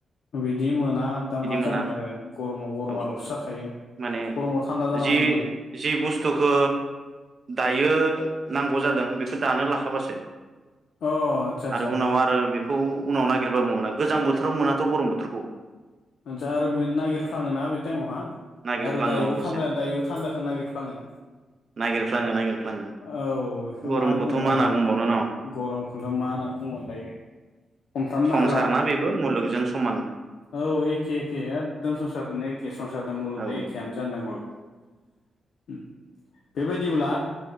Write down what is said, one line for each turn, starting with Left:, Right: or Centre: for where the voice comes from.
Left: बिदि मोना दा मा
Right: ना
Left: जानो आरो गरमाव गरमाल'सो
Right: औ
Left: जाखायो
Right: माने
Left: गरमाव थान्दा जानांगौमोन
Right: जि जि बुस्थुखो दायो नांगौ जादों बेखौ दानो लाखाबासो
Left: अ आदसा आदसा
Right: आरो उनाव आरो बेखौ नागिरबाबो मोना गोजां बोथोराव मोनाथ' गरम बोथोरखौ
Left: आतसा आरो नागिरफ्लाङोना बे टाइमावहा।
Right: नागिरफ्लाङो
Left: आरो दायोबो
Right: अबसे
Left: थान्दा दायोबो थान्दाखो नागिरफ्लाङो।
Right: नागिरफ्लाङो नागिरफ्लाङो
Left: औ इखौ
Right: गरमखौथ'
Left: मा बुंनो आरो
Right: होनना बुंबावनो न
Left: गरमखौथ' मा होनना बुंनो दायो हमथानो
Right: संसार
Left: हाला।
Right: ना बेबो मुलुगजों समान
Left: औ एखे एखे एकदम संसारदोनो एखे संसारजों मुलुगदो
Right: औ
Left: एखेयानो जानांग' औ उम बेबायदिब्ला